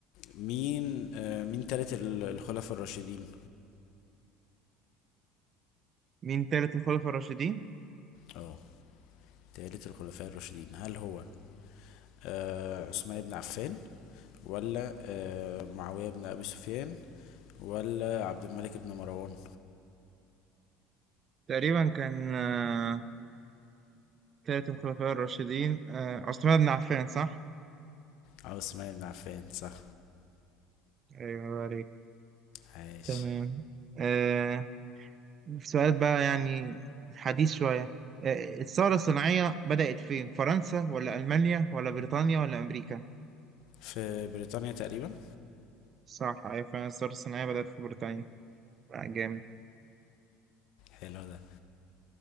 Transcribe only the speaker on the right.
مين تالت الخلفاء الراشدين
تقريبا كان آه، تالت الخلفاء الراشدين آه، عثمان بن عفان صح؟
أيوة الله عليك
تمام آه، سؤال بقى يعني حديث شوية آه، الثورة الصناعية بدأت فين؟ فرنسا ولا ألمانيا ولا بريطانيا ولا أمريكا؟
صح أيوة فعلا الثورة الصناعية بدأت في بريطانيا آه، جامد